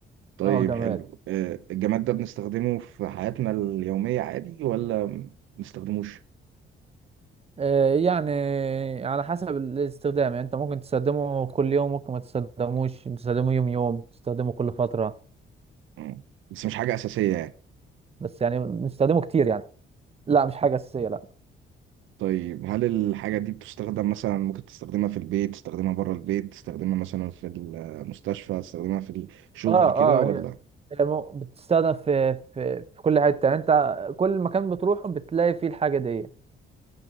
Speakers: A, on the right; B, on the right.
A: طيب
B: اه جماد
A: حلو آه، الجماد ده بنستخدمه في حياتنا اليومية عادي ولا ما بنستخدموش
B: آه، يعني على حسب الاستخدام يعني انت ممكن تستخدمه كل يوم ممكن ما تستخدموش تستخدمه يوم يوم تستخدمه كل فترة
A: مم. بس مش حاجة أساسية يعني
B: بس يعني بنستخدمه كتير يعني لا مش حاجة أساسية لا
A: طيب هل الحاجة دي بتستخدم مثلا ممكن تستخدمها في البيت تستخدمها بره البيت تستخدمها مثلا في المستشفى تستخدمها في الشغل
B: اه
A: كده ولا
B: اه هي هي م- بتستخدم في في في كل حتة يعني انت كل مكان بتروحه بتلاقي فيه الحاجة دي